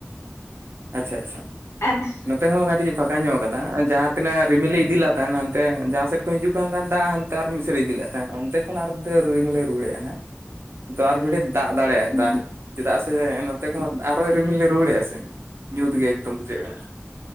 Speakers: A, on the right (about 65°); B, on the left (about 75°).
A: ᱟᱪᱪᱷᱟ ᱟᱪᱪᱷᱟ᱾
B: ᱟᱨ ᱼᱼ <inaudible>
A: ᱱᱚᱛᱮ ᱦᱚᱸ ᱠᱟᱹᱴᱤᱡ ᱯᱷᱟᱸᱠᱟ ᱧᱚᱜ ᱟᱠᱟᱫᱟ ᱡᱟᱦᱟᱸ ᱛᱤᱱᱟᱹᱜ ᱨᱤᱢᱤᱞᱤ ᱤᱫᱤ ᱞᱮᱫ ᱛᱟᱦᱮᱸᱱ ᱦᱟᱱᱛᱮ ᱡᱟᱦᱟᱸ ᱥᱮᱫ ᱠᱷᱚᱡ ᱦᱤᱡᱩᱜ ᱠᱟᱱ ᱛᱟᱦᱮᱸᱱ ᱫᱟᱜ ᱼᱼ ᱛᱟᱨ ᱢᱤᱫᱥᱮᱜ ᱨᱮ ᱤᱫᱤ ᱞᱮᱫ ᱛᱟᱦᱮᱸ ᱚᱱᱛᱮ ᱠᱷᱚᱱ ᱟᱨ ᱢᱤᱫ ᱨᱤᱢᱤᱞᱮ ᱨᱩᱣᱟᱹᱲᱮᱜ ᱟᱱᱟ ᱾ ᱛᱟᱨ ᱵᱚᱞᱮ ᱫᱟᱜ ᱫᱟᱲᱮᱭᱟᱜ
B: ᱦᱮᱸ
A: ᱫᱟᱭ ᱫᱟᱜ ᱪᱮᱫᱟᱜ ᱥᱮ ᱱᱚᱛᱮ ᱠᱷᱚᱱ ᱟᱨᱚᱭ ᱨᱤᱢᱤᱞ ᱞᱮ ᱨᱩᱣᱟᱹᱲᱮᱜᱼᱟ ᱥᱮ ᱾ ᱧᱩᱛᱜᱮ ᱮᱠᱫᱚᱢ ᱵᱩᱡᱷᱟᱹᱜ ᱠᱟᱱᱟ᱾